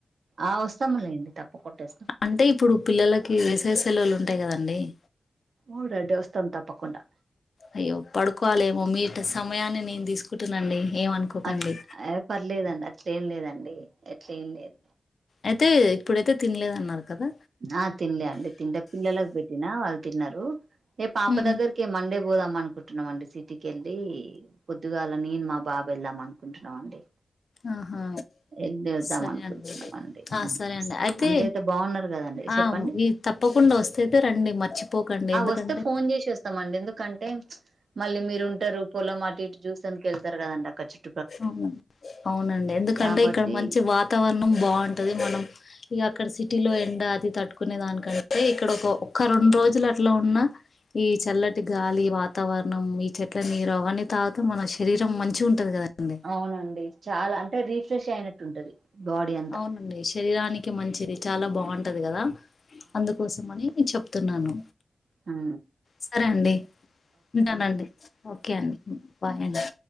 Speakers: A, on the right; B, on the left.
A: ఆ వస్తాములేండి తప్పకుండా వస్తాం
B: అంటే ఇప్పుడు పిల్లలకి వేసయ సెలవులు ఉంటాయి కదండి అడి
A: ఊడా దేవస్థా అ తప్పకుడా
B: అయ్యో పడుకోవాలేమో మీ సమయాన్ని నేను తీసుకుంటునండి ఏమనుకోకండి
A: అట్ ఏ పర్లేదండి అట్లేం లేదండి అట్ల ఏం లేదు
B: అయితే ఇప్పుడైతే తినలేదన్నారు కదా
A: ఆ తిినలే అండి తింటే పిల్లలలకు పెట్టినా వాళ్ళు తిన్నారు నే పాప
B: ఉమ్
A: దగ్గరికిే మండే పోదాం అనుకుంటున్నాం అండి సిటీకిెళ్ళి పొద్దుగాల నేను మా బాబు వెళ్దాం అనుకుంటున్నాం అండి
B: ఆహా
A: వెళ్ళి వద్దాం
B: సరే
A: అనుకుంటున్నామ
B: అండి
A: అండి
B: ఆ సరే అండి అయితే
A: అంతయితే బాగున్నారు దం
B: ఆ
A: చెండి
B: ఈ తప్పకుండా వస్తేయితే రండి మర్చిపోకండి ఎందుకంటే
A: వస్తే ఫోన్ చేసి వస్తాంం ఎందుే అంటే మళ్ళీ మీరు ఉంటారు పొలం అటి ఇటు చూస అందుక వెళ్తారు కదండి అక్క చెు
B: అవున అవునండి ఎందుకంటే
A: కాబట్టి
B: ఇక్కడ మంచి వాతావరణం బాగుంటది మనం ఇక అక్కడ సిటీలో ఎండ అది తట్టుకునే దానికంటే ఇక్కడ ఒక ఒక్క రెండు రోజులు అట్లా ఉన్నా ఈ చల్లటి గాలి వాతావరణం ఈ చెట్ల నీరు అవన్న తాగితే మన శరీరం మంచి గా ఉంటది కదా అండి
A: అవునండి చాలా అంటే రీఫ్రెష్ అయినట్టు ఉంటది బాడీ అంతా
B: అవునండి శరీరానికి మంచిది చాలా బాగుంటది కదా అందుకోసం అని చెప్తున్నాను
A: హ
B: సరే అండి ఉంటానండి ఓకే బాయ్ అండి